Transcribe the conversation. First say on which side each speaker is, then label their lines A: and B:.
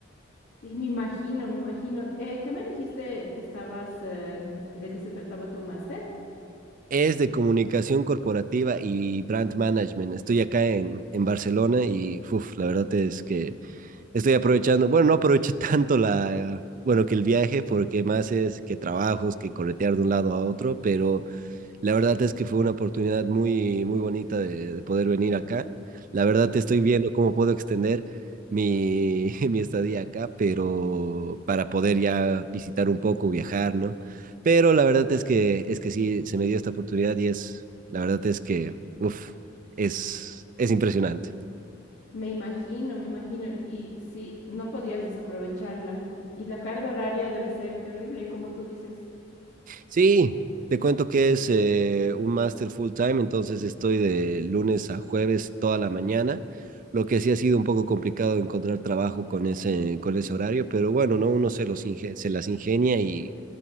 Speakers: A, on the left (about 65°); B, on the right (about 40°).
A: sí, me imagino, me imagino. Eh, ¿qué me dijiste que estabas, em, de qué se trataba tu máster?
B: Es de comunicación corporativa y brand management, estoy acá en, en Barcelona y, uff, la verdad es que... estoy aprovechando, bueno, no aproveché <laughs> tanto la, bueno, que el viaje, porque más es que trabajos, que corretear de un lado a otro, pero la verdad es que fue una oportunidad muy, muy bonita de, de poder venir acá. La verdad te estoy viendo cómo puedo extender mi, <laughs> mi estadía acá, pero para poder ya visitar un poco, viajar, ¿no? Pero la verdad es que, es que sí, se me dio esta oportunidad y es, la verdad es que, uff, es, es impresionante.
A: Me imagino, me imagino. Y sí, no podías desaprovecharla. Y la carga horaria debe ser terrible, como tú dices.
B: Sí, te cuento que es eh, un máster full time, entonces estoy de lunes a jueves toda la mañana, lo que sí ha sido un poco complicado encontrar trabajo con ese, con ese horario, pero bueno, ¿no? Uno se los inge- se las ingenia y